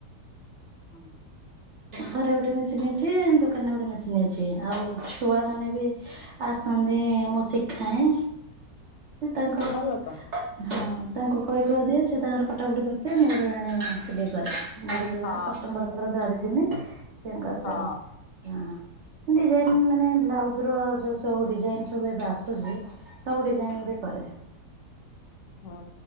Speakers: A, on the left; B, on the right.
A: ହୁଁ।
B: ଘରେ ଗୋଟେ ମେସିନ୍ ଅଛି ଦୋକାନରେ ଗୋଟେ ମେସିନ୍ ଅଛି ଆଉ ଛୁଆ ମାନେ ବି ଆସନ୍ତି ମୁଁ ଶିଖାଏଁ ସେ ତାଙ୍କର
A: ଭଲ ତ
B: ହଁ ତାଙ୍କୁ କହି କୁହା ଦିଏ ସେ ତାଙ୍କର କଟାକଟି କରିଥିବେ ମୋରଏଣେ ସିଲେଇ କରେ। ମୋର ଯୋଗା
A: ହଁ
B: କଷ୍ଟମରଙ୍କର ଧରିଥିନି ତାଙ୍କର
A: ହଁ
B: ସବୁ ହଁ ଡିଜାଇନ ମାନେ ବ୍ଲାଉଜ ର ଯୋଉ ସବୁ ଡିଜାଇନ ସବୁ ଏବେ ଆସୁଚି ସବୁ ଡିଜାଇନ ବି କରେ।
A: ହୁଁ